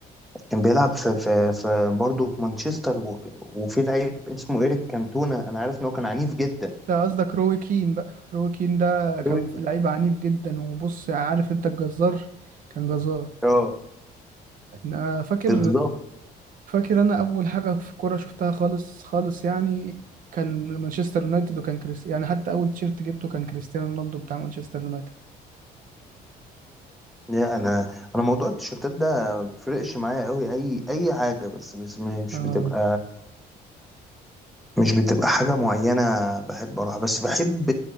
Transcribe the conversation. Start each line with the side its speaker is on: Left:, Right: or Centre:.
Centre: كان بيلعب في في في برضه في مانشستر وك- وفي لعيب اسمه ايريك كانتونا انا عارف ان هو كان عنيف جدا
Right: ده قصدك روي كين بقى روي كين ده كان
Centre: روي
Right: ف-
Centre: كين.
Right: لعيب عنيف جدا وبص يعني عارف انت الجزار كان جزار
Centre: اه
Right: انا فاكر
Centre: بالظبط
Right: فاكر انا اول حاجه في كوره شفتها خالص خالص يعني كان مانشستر يونايتد وكان كريس يعني حتى اول تيشيرت جبته كان كريستيانو رونالدو بتاع مانشستر يونايتد
Centre: لا انا انا موضوع التيشيرتات ده ما بيفرقش معايا قوي اي اي حاجه بس بس مش
Right: اه
Centre: بتبقى مش بتبقى حاجه معينه بحب اروح بس بحب